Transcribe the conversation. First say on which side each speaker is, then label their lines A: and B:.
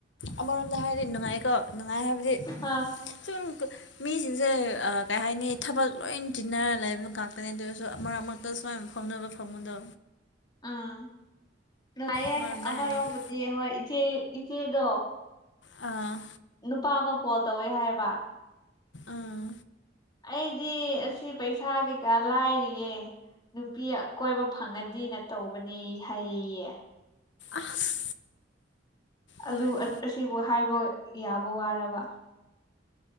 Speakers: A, on the left; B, on the left.
A: ꯑꯃꯔꯣꯝꯗ ꯍꯥꯏꯔꯗꯤ ꯅꯨꯡꯉꯥꯏꯀꯣ ꯅꯨꯡꯉꯥꯏ ꯍꯥꯏꯕꯗꯤ
B: ꯑꯥ
A: ꯁꯨꯝ ꯃꯤꯁꯤꯡꯁꯦ ꯀꯩ ꯍꯥꯏꯅꯤ ꯊꯕꯛ ꯂꯣꯏ ꯇꯤꯟꯅꯔ ꯂꯩꯕ ꯉꯥꯛꯇꯅꯦ ꯑꯗꯨ ꯑꯣꯏꯔꯁꯨ ꯑꯔꯛ ꯑꯔꯛ ꯑ ꯁꯨꯃꯥꯏ ꯐꯥꯎꯅꯕ ꯐꯪꯒꯗꯣ
B: ꯑꯥ ꯅꯨꯉꯥꯏꯑꯦ
A: ꯑꯃꯔꯣꯝꯗ
B: ꯑꯃꯔꯣꯝꯗꯗꯤ
A: ꯍꯥꯏꯔꯗꯤ
B: ꯍꯣꯏ ꯏꯆꯦ ꯏꯆꯦꯗꯣ
A: ꯑꯥ
B: ꯅꯨꯄꯥ ꯑꯃ ꯀꯣꯜ ꯇꯧꯋꯦ ꯍꯥꯏꯌꯦꯕ
A: ꯑꯥ
B: ꯑꯩꯗꯤ ꯑꯁꯤ ꯄꯩꯁꯥ ꯀꯩꯀꯥ ꯂꯥꯏꯔꯤꯌꯦ ꯅꯨꯄꯤ ꯑꯀꯣꯏꯕ ꯐꯪꯉꯗꯤꯅ ꯇꯧꯕꯅꯤ ꯍꯥꯏꯌꯦꯌꯦ
A: ꯑꯁ
B: ꯑꯗꯨ
A: ꯂꯣꯏꯔꯦ
B: ꯑꯁꯤꯕꯨ ꯍꯥꯏꯕ ꯌꯥꯕ ꯋꯥꯔꯕ